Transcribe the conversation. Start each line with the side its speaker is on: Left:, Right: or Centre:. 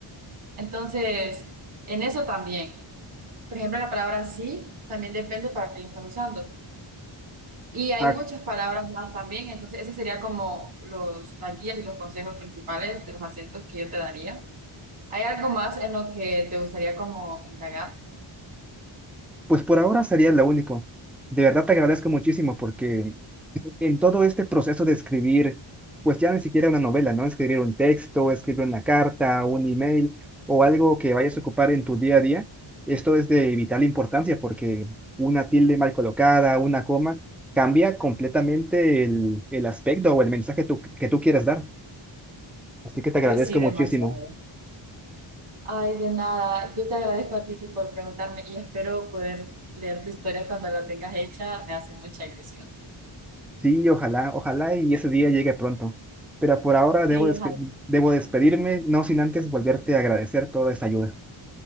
Right: Entonces, en eso también. Por ejemplo, la palabra sí también depende para qué lo estás usando. Y hay
Centre: Ah,
Right: muchas palabras más también, entonces ese sería como los, las guías y los consejos principales de los acentos que yo te daría. ¿Hay algo más en lo que te gustaría como indagar?
Centre: pues por ahora sería lo único. De verdad te agradezco muchísimo porque en todo este proceso de escribir, pues ya ni siquiera una novela, ¿no? Escribir un texto, escribir una carta, un email o algo que vayas a ocupar en tu día a día, esto es de vital importancia porque una tilde mal colocada, una coma, cambia completamente el, el aspecto o el mensaje tú- que tú quieres dar. Así que te agradezco
Right: Uy, sí, demasiado.
Centre: muchísimo.
Right: Ay, de nada, yo te agradezco a ti por preguntarme y espero poder leer tu historia cuando la tengas hecha, me hace mucha ilusión.
Centre: Sí, ojalá, ojalá y ese día llegue pronto. Pero por ahora debo,
Right: Sí,
Centre: despe-
Right: ojalá.
Centre: debo despedirme, no sin antes volverte a agradecer toda esta ayuda.